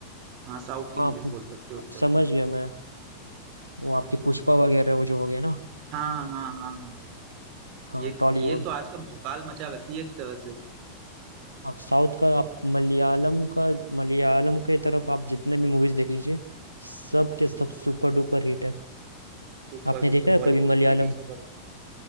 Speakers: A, on the right (about 40°); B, on the right (about 90°).
A: हाँ साउथ की
B: हाँ
A: मूवीज
B: पु-
A: बोल सकते हो एक तरह
B: समझ
A: से
B: गया मैं वो आपकी पुष्पा वगैरह वो जो हो गया ना
A: हाँ हाँ हाँ हाँ
B: हाँ
A: ये
B: टॉलीवुड
A: ये तो आज का भौकाल मचा रखी है एक तरह से
B: हाँ साउथ का आप मलयालम का मलयालम के तरफ आप जितने भी मूवीज देख लीजिए सब के सब सुपर डुपर हिट है
A: सुपर
B: आपने
A: हिट
B: देखा है
A: बॉलीवुड
B: कभी मलयालम
A: को भी पीछे कर